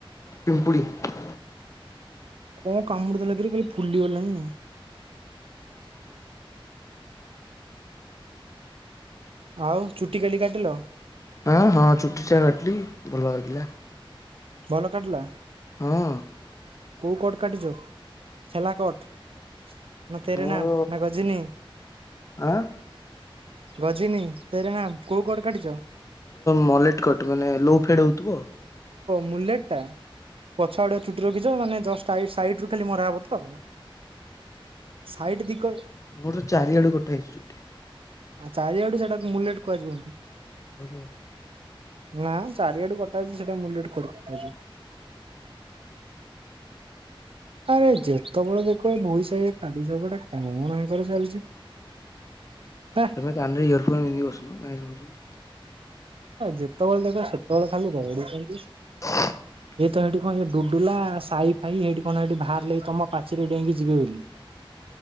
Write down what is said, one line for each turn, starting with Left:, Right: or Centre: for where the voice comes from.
Left: ପିମ୍ପୁଡ଼ି ।
Right: କଣ କାମୁଡି ତ ଲାଗରି କହିଲ ଫୁଲିଗଲାଣି। ଆଉ ଚୁଟି କାଲି କାଟିଲ?
Left: ଆଁ ହଁ ଚୁଟି ଟା ଭଲ ଲାଗିଲା।
Right: ଭଲ କାଟିଲା।
Left: ହଁ।
Right: କୋଉ କଟ କାଟିଛ ଛେଲା କଟ ନା ତେରେ
Left: ମୋର
Right: ନାମ ନା ଗଜୀନି
Left: ଆଁ
Right: ଗଜୀନି ତେରନାାମ କୋଉ କଟ କାଟିଛ?
Left: ମଲେଟ୍ କଟ୍ ଲୋ ଫେଡ ହଉଥିବ ଆଉ।
Right: ମୁଲେଟ ଟା ପଛ ଆଡଆ ଚୁଟିର କିଛି। ମାନେ ସାଇଟ ରୁ ଖାଲି ମରାହବ ତ ସାଇଟ ଦ।
Left: ମୋର ଚାରିଆଡୁ ଗୋଠାଏ ଚୁଟି।
Right: ଆଉ ଚାରିଆଡୁ ସେଟାକୁ ମୁଲେଟ କୁହାଯିବନି।
Left: ଆଗୁଆ <unintelligible>
Right: ନା ଚାରିଆଡୁ କଟାଛି ସେଟା ମୁଣ୍ଡ କଛି। ଆରେ ଯେତେବେଳେ ଦେଖ ଏ ଭୋଇ ସାାହିରେ ଖାଲି ଶବଟା କଣ କଣ ହେକରେ ଚାଲିଛି। ହେ
Left: ସେଥିପାଇଁ କାନରେ ଇୟରଫୋନ୍ ଦେଇକି ବାସ। ଭଲ ପାଇ ରହୁଛୁ <unintelligible>
Right: ଯେତେବେଳେ ଦେଖ ସେତେବେଳେ ଖାଲି ଗଡୁଛନ୍ତି।
Left: <inaudible>
Right: ଇଏ ତ ସେଠି କଣ ଇ ଡୁଡୁଲା ସାଇ ଫାଇ ହେଠି କଣ ସେଠି ବାହାରିଲାଗି ତମ ପାଚିରେ ଡେଇକି ଯିବେ ବୋଲି